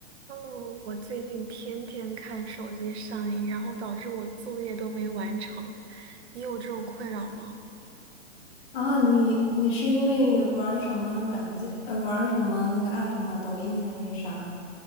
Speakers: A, on the right; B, on the left.
A: Hello，我最近天天看手机上瘾，然后导致我作业都没完成。你有这种困扰吗？
B: 啊，你你是因为玩儿什么软件，呃，玩儿什么那个 app 吗？抖音还是啥？